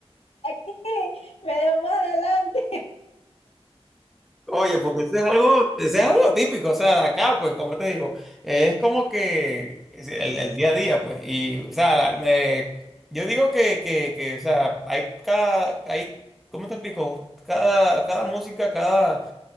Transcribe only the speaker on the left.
<laughs> me dejo más adelante.